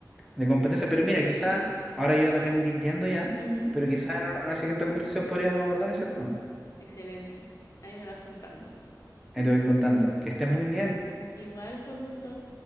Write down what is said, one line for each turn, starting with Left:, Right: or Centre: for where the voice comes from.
Centre: de competencias, pero mira, quizá ahora yo ya me tengo que ir yendo ya,
Left: Ujú,
Centre: pero quizá en una, una siguiente conversación podríamos abordar ese tema.
Left: Excelente. Ahí me vas contando.
Centre: Ahí te voy contando. Que estés muy bien.
Left: Igual fue un gusto.